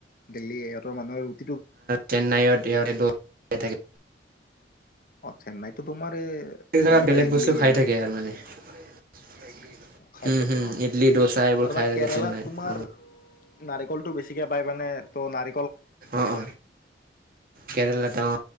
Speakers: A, on the left; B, on the right.
A: দিল্লী সহঁতৰ মানুহে ৰুটি
B: চেন্নাইত ই থাকে।
A: অ চেন্নাইততো তোমাৰ এই
B: প্ৰত্যেক জেগাত
A: এনেকুৱা
B: বেলেগ
A: ইডলি
B: বস্তু খাই
A: এইবিলাক
B: থাকে আৰু মানে <unintelligible>
A: খাদ্যতো
B: উম হুম,
A: অ
B: ইডলি দোচা এইবোৰ
A: আৰু
B: খাই
A: বা
B: থাকে
A: কেৰেলাত
B: চেন্নাইত
A: তোমাৰ
B: অঁ
A: নাৰিকলতটো বেছিকে বাই মানে ত নাৰ
B: অ অ কেৰেলাতে অ